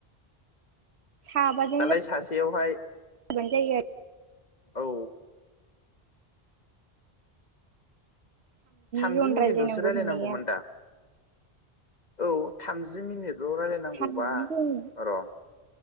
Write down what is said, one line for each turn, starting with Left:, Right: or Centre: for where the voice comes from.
Right: साबाजों
Left: दालाय सासेयावहाय।
Right: जाबानो जायो आरो
Left: औ। थामजि
Right: जन
Left: मिनिटल'सो
Right: रायलायनांगौ
Left: रायलायनांगौमोन
Right: होननाया
Left: दा। औ थामजि मिनिट। ज' रायलायनांगौबा
Right: थामजि जन
Left: र'।